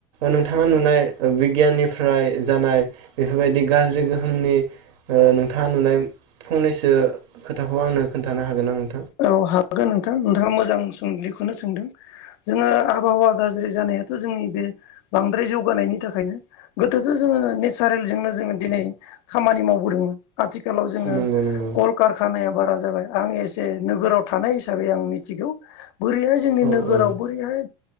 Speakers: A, on the right (about 70°); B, on the left (about 65°).
A: नोंथाङा नुनाय बिगियाननिफ्राय जानाय बेफोरबायदि गाज्रि गोहोमनि ओ नों थांङा नुनाय फंनैसो खोथाखौ आंनो खोन्थानो हागोनना नों
B: औ हागोन‌ नों थां नोंथाङा मोजां सोंलिखौनो सोंदों जोङो आबहावा गाज्रि जानायाथ' जोंनि बे बांद्राय जौगानायनि थाखायनो गोदोथ' जोङो नेसारेलजोंनो जोङो दिनै खामानि मावबोदोंमोन। आथिखालाव जोङो
A: नंगौ नंगौ
B: कलकारखानायाब बारा जाबाय आं एस से नोगोराव थानाय हिसाबै आं मिथिगौ। बोरैहाय जोंनि
A: औ
B: नोगोराव
A: औ
B: बोरैहाय